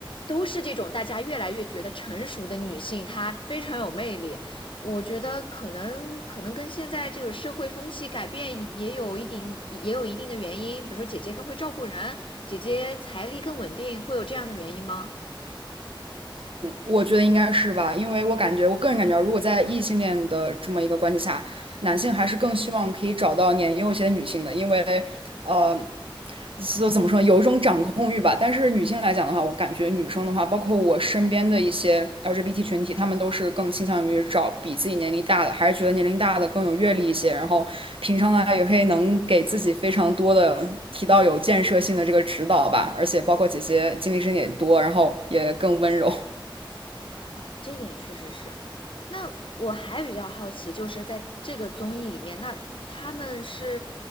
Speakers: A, on the left; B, on the right.
A: 都是这种大家越来越觉得成熟的女性，她非常有魅力。我觉得可能可能跟现在这个社会风气改变也有一定也有一定的原因，比如说姐姐更会照顾人，姐姐财力更稳定，会有这样的原因吗？
B: 我觉得应该是吧，因为我感觉，我个人感觉啊，如果在异性恋的这么一个关系下，男性还是更希望可以找到年幼一些的女性的，因为，呃，就怎么说呢有一种掌控欲吧。但是女性来讲的话，我感觉女生的话，包括我身边的一些 LGBT 群体，她们都是更倾向于找比自己年龄大的，还是觉得年龄大的更有阅历一些，然后平常呢也会能给自己非常多的提到有建设性的这个指导吧，而且包括姐姐经历深也多，然后也更温柔。
A: 啊，这点确实是。那我还比较好奇，就是在这个综艺里面，那他们是